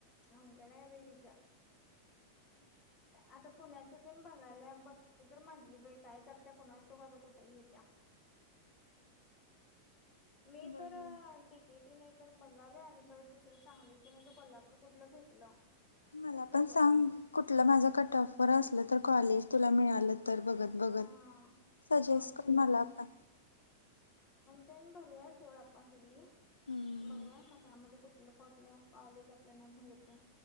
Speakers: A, on the left; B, on the left.
A: अवघड हाय बाय तिच आता पुण्याच ते बघायल्या बघतो तर म्हटली बाई, काय करत्या कुणास ठाव आता कुठं घेतीया? मी
B: बघूया
A: तर डि क् ती तर बघाली आणि परत दुसरं सांगलीतल नाही तर कोल्हापूर कुठलं भेटलं
B: मला
A: तर बघवायचं
B: पण सांग कुठलं माझं कट टफवर असलं तर कॉलेज तुला मिळालं तर बघत बघत
A: हा
B: सजेस्ट
A: चालतंय
B: कर
A: की
B: मला पण
A: तेण भरूया सोड आपण सगळी
B: हम्म
A: बघू म त्यामध्ये कुठ नको आपल्या कॉलेजात आपल्याना भेटत.